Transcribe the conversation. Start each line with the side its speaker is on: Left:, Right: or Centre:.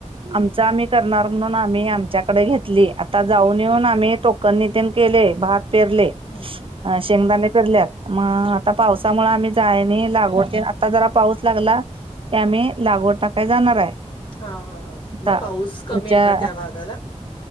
Right: आमचा आम्ही करणार म्हणून आम्ही आमच्याकडे घेतली आता जाऊन येऊन आम्ही तो कनी तेन केले भात पेरले
Left: हम्म हम्म.
Right: अ शेंगदाणे पेरल्यात मग आता पावसामुळे आम्ही जाय नाही लागवते आता जरा पाऊस लागला ते आम्ही लागवड टाकाय जाणार आहे.
Left: हा हा हा
Right: आता
Left: मग पाऊस कमी
Right: पुढच्या
Left: आहे का त्या भागाला.